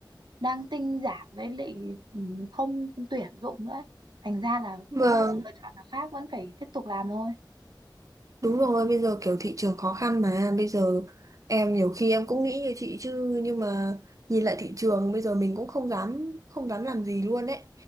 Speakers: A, on the right (about 65°); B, on the right (about 45°).
A: đang tinh giảm với lại ừ, không tuyển dụng nữa ấy. thành ra là
B: Vâng.
A: không có sự lựa chọn nào khác vẫn phải tiếp tục làm thôi
B: Đúng rồi, bây giờ kiểu thị trường khó khăn mà bây giờ em nhiều khi em cũng nghĩ như chị chứ nhưng mà nhìn lại thị trường bây giờ mình cũng không dám không dám làm gì luôn đấy.